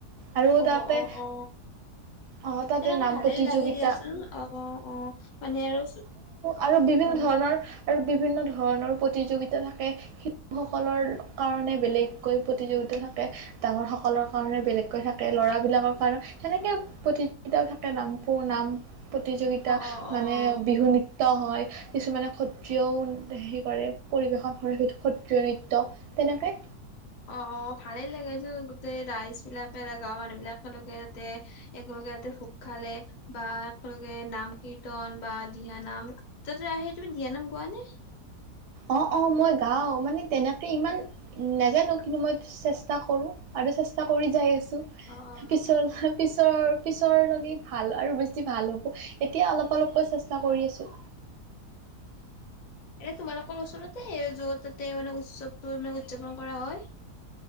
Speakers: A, on the right; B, on the left.
A: আৰু
B: অ
A: তাতে
B: অ অ
A: অ তাতে
B: সেইনে
A: নাম
B: ভালেই
A: প্ৰতিযোগিতা
B: লাগে দিয়াচোন অ অ মানে আৰু
A: আৰু বিভিন্ন
B: অ
A: ধৰণৰ আৰু বিভিন্ন ধৰণৰ প্ৰতিযোগিতা থাকে লোক সকলৰ কাৰণে বেলেগকৈ প্ৰতিযোগিতা থাকে ডাঙৰসকলৰ কাৰণে বেলেগকৈ থাকে ল'ৰাবলাকৰ কাৰণে সেনেকে প্ৰতিযোগিতাও থাকে নামবোৰ নাম প্ৰতিযোগিতা
B: অ
A: মানে
B: অ
A: বিহু নৃত্য হয় কিছুমানে সত্ৰিয়াও হেৰি কৰে পৰিৱেশন কৰে সেই নৃত্য তেনেকে
B: অ অ ভালেই লাগে গোটেই ৰাইজ বিলাকে গাঁৱৰ মানুহ বিলাকে তাতে একেলগে তাতে ভোগ খালে বা একেলগে নাম কীৰ্তন বা দিহানাম তাতে সেই তুমি দিহানাম গোৱা নে
A: অ অ মই গাওঁ মানে তেনেকে ইমান নাজানো কিন্তু মই চেষ্টা কৰো আৰু চেষ্টা কৰি যাই আছো
B: অ অ
A: পিছত পিছতৰ পিছৰে ভাল আৰু বেছি ভাল হ'ব এতিয়া অলপ অলপকৈ চেষ্টা কৰি আছো
B: এনে তোমালোকৰ ওচৰতে যত তাতে মানে উৎসৱটো মানে উদযাপন কৰা হয়